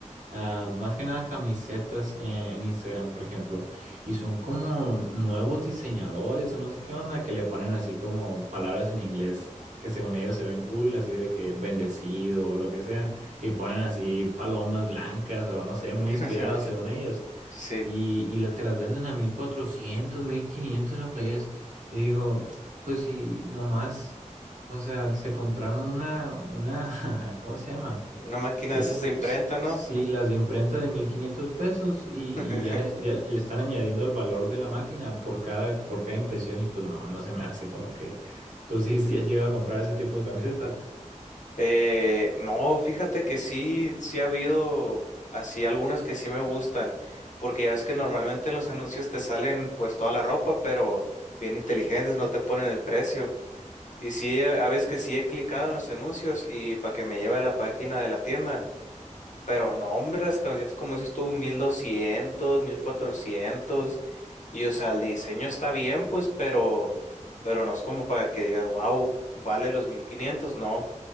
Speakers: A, on the right; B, on the left.
A: ah, más que nada camisetas en, en Instagram, por ejemplo, y son como nuevos diseñadores o no sé qué onda, que le ponen así como palabras en inglés que según ellos se ven cool, así de que bendecido o lo que sea, y ponen así palomas blancas o no sé, muy
B: <laughs>
A: inspiradas según ellos.
B: Sí.
A: Y, y la- te las venden a mil cuatrocientos mil quinientos las playas. Y digo, pues si nomás, o sea, se compraron una, una, <laughs> ¿cómo se llama?
B: Una máquina
A: Las-
B: de esas de imprenta, ¿no?
A: Si las de imprenta de 1500 pesos y,
B: <laughs>
A: y ya les- ya le están añadiendo el valor de la máquina por cada, por cada impresión y pues no, no se me hace como que tú sí, sí has llegado a comprar ese tipo de camisetas.
B: Eh, no, fíjate que sí, sí ha habido así algunas que sí me gustan, porque ya ves que normalmente en los anuncios te salen pues toda la ropa, pero bien inteligentes, no te ponen el precio. Y sí, a a veces que sí he clicado en los anuncios y para que me lleve a la página de la tienda. Pero no, hombre, las camisetas, como dices tú, 1200, mil cuatrocientos Y o sea, el diseño está bien, pues, pero, pero no es como para que digas, wow, vale los 1500 no.